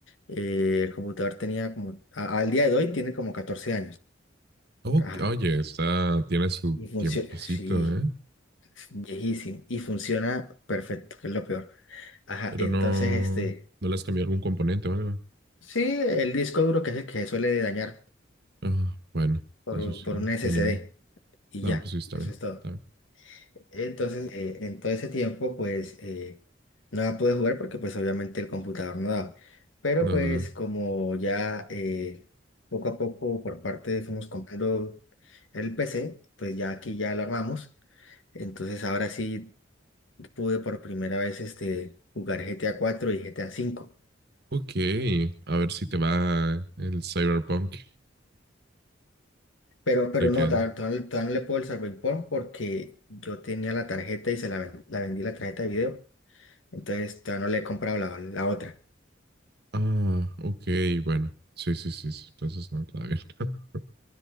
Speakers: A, on the left; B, on the right.
A: eh, el computador tenía como, a- al día de hoy tiene como 14 años,
B: Ok,
A: ajá,
B: Oye, está, tiene su
A: y funciona,
B: tiempicito,
A: sí,
B: ¿eh?
A: es viejísimo, y funciona perfecto, que es lo peor, ajá,
B: Pero
A: entonces
B: no,
A: este,
B: no le has cambiado algún componente o algo.
A: sí, el disco duro que es el que se suele dañar
B: Ah, bueno,
A: por,
B: eso sí,
A: por un SSD,
B: mínimo.
A: y
B: No,
A: ya,
B: pues sí, está
A: eso
B: bien,
A: es todo.
B: está bien.
A: Entonces, eh, en todo ese tiempo, pues, eh, no la pude jugar porque, pues, obviamente el computador no daba. Pero,
B: Nada.
A: pues, como ya eh, poco a poco por parte fuimos comprando el PC, pues ya aquí ya lo armamos. Entonces, ahora sí pude por primera vez este, jugar GTA cuatro y GTA cinco
B: Ok, a ver si te va el Cyberpunk,
A: Pero, pero
B: ya
A: no,
B: que an-
A: todavía, todavía- no todavía no le puedo el Cyberpunk porque yo tenía la tarjeta y se la, ven- la vendí la tarjeta de video. Entonces, todavía no le he comprado la, la otra.
B: Ah, ok, bueno. Sí, sí, sí, sí, entonces no, está bien. <laughs>